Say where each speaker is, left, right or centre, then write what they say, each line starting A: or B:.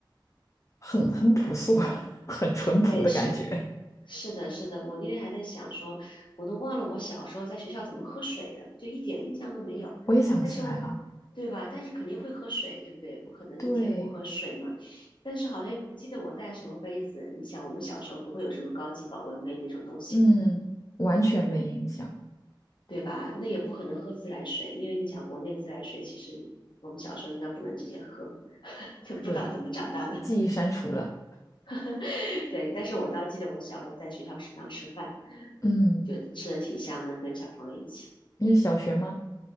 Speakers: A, on the left (about 40°); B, on the left (about 65°).
A: 很很朴素，<laughs> 很淳朴的感觉。
B: 对，是是的，是的，我那天还在想说，我都忘了我小时候在学校怎么喝水的，就一点印象都没有。
A: 我也想不起来了。
B: 但是我，对吧？但是肯定会喝水，对不对？不可能一天不喝水嘛。
A: 对，
B: 但是好像又不记得我带什么杯子。你想，我们小时候不会有什么高级保温杯那种东西，
A: 嗯，完全没印象。
B: 对吧？那也不可能喝自来水，因为你想，国内自来水，其实我们小时候应该不能直接喝，<laughs> 就不知道怎么长大的。
A: 对，记忆删除了。
B: <laughs> 对，但是我倒记得我小时候在学校食堂吃饭，
A: 嗯，
B: 就吃的挺香的，跟小朋友一起。
A: 那是小学吗？